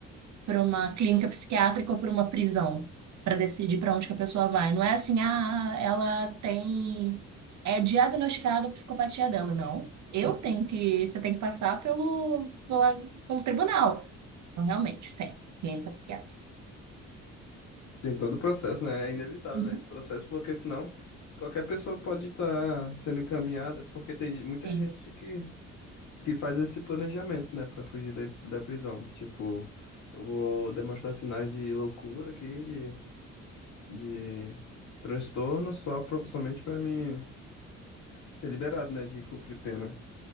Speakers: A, on the right; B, on the left.
A: para uma clínica psiquiátrica ou para uma prisão, para decidir para onde que a pessoa vai. Não é assim, ah, ela tem. É diagnosticada a psicopatia dela, não. Eu tenho que. Você tem que passar pelo, pela- pelo tribunal. Então, realmente, tem. Clínica psiquiátrica.
B: Tem todo o processo, né? É inevitável,
A: Uhum,
B: né, esse processo, porque senão qualquer pessoa pode estar sendo encaminhada, porque tem muita
A: Tem.
B: gente que, que faz esse planejamento, né, pra fugir da, da prisão. Tipo, eu vou demonstrar sinais de loucura aqui, de de transtorno só pro- somente pra mim ser liberado, né, de cumprir pena